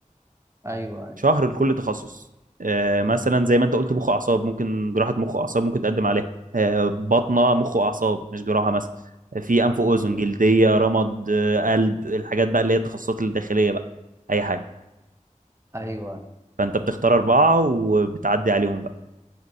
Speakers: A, on the right; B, on the right.
A: ايوه ايوه
B: شهر لكل تخصص آه، مثلا زي ما انت قلت مخ واعصاب ممكن جراحه مخ واعصاب ممكن تقدم عليها آه، بطنه مخ واعصاب مش جراحه مثلا آه، في انف واذن
A: امم
B: جلديه رمد آه، قلب الحاجات بقى اللي هي التخصصات الداخليه بقى اي حاجه
A: ايوه
B: فانت بتختار اربعه وبتعدي عليهم بقى